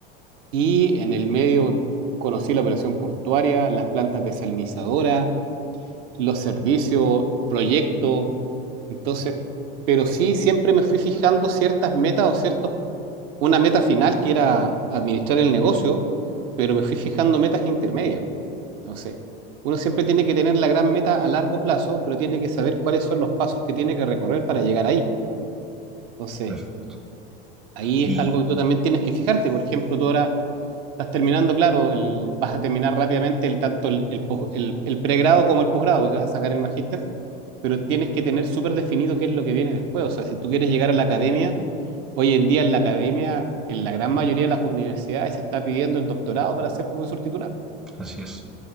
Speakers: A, on the right; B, in the centre.
A: y en el medio conocí la operación portuaria, las plantas desalinizadoras, los servicios, proyectos. Entonces, pero sí siempre me fui fijando ciertas metas o ciertos una meta final que era administrar el negocio, pero me fui fijando metas intermedias. Entonces, uno siempre tiene que tener la gran meta a largo plazo, pero tiene que saber cuáles son los pasos que tiene que recorrer para llegar ahí. Entonces,
B: perfecto.
A: ahí
B: Y
A: es algo que tú también tienes que fijarte. Por ejemplo, tú ahora estás terminando, claro, el- vas a terminar rápidamente el, tanto el, el pos- el- el pregrado como el posgrado, porque vas a sacar el magíster, pero tienes que tener súper definido qué es lo que viene después. O sea, si tú quieres llegar a la academia, Hoy en día en la academia, en la gran mayoría de las universidades, se está pidiendo el doctorado para ser profesor titular.
B: así es,